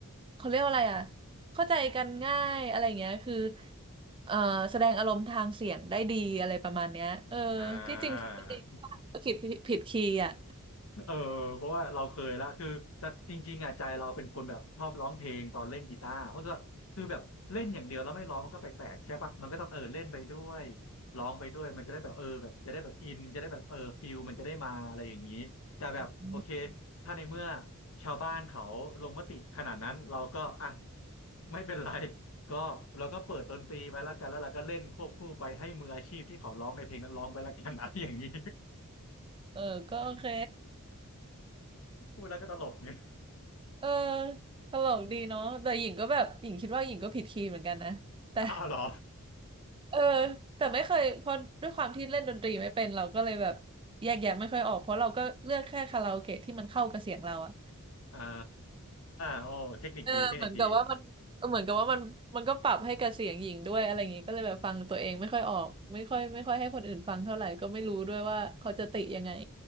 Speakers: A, on the right; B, on the left.
A: เขาเรียกว่าอะไรอ่ะเข้าใจกันง่ายอะไรอย่างเงี้ยคือเออแสดงอารมณ์ทางเสียงได้ดีอะไรประมาณเนี้ยเออ
B: อ่า
A: ที่จริงคิดไปเองก็คิดผิดคีย์อ่ะ
B: เออเพราะว่าเราเคยละคือแต่จริงๆอ่ะใจเราเป็นคนแบบชอบร้องเพลงตอนเล่นกีตาร์เพราะว่าคือแบบเล่นอย่างเดียวแล้วไม่ร้องมันก็แปลกๆใช่ปะมันก็ต้องเออเล่นไปด้วยร้องไปด้วยมันก็ได้แบบเออแบบจะได้แบบอินจะได้แบบเออฟิลมันจะได้มาอะไรอย่างนี้แต่แบบโอเค
A: <laughs>
B: ถ้าในเมื่อชาวบ้านเขาลงมติขนาดนั้นเราก็อ่ะไม่เป็นไรก็เราก็เปิดดนตรีไปแล้วกันแล้วเราก็เล่นควบคู่ไปให้มืออาชีพที่เขาร้องในเพลงนั้นร้องไปแล้วกันอะไรอย่างนี้
A: เออก็โอเค
B: <laughs> พูดแล้วก็ตลกเนี่ย
A: เออตลกดีเนาะแต่หญิงก็แบบหญิงคิดว่าหญิงก็ผิดคีย์เหมือนกันนะแต่
B: อ้าวเหรอ
A: เออแต่ไม่เคยเพราะด้วยความที่เล่นดนตรีไม่เป็นเราก็เลยแบบแยกแยะไม่ค่อยออกเพราะเราก็เลือกแค่คาราโอเกะที่มันเข้ากับเสียงเราอะ
B: อ่าโอ้เทคนิคดีเทคนิคดี
A: เออเหมือนกับว่ามันเออเหมือนกับว่ามันมันก็ปรับให้กับเสียงหญิงด้วยอะไรอย่างงี้ก็เลยแบบฟังตัวเองไม่ค่อยออกไม่ค่อยไม่ค่อยให้คนอื่นฟังเท่าไหร่ก็ไม่รู้ด้วยว่าเขาจะติยังไง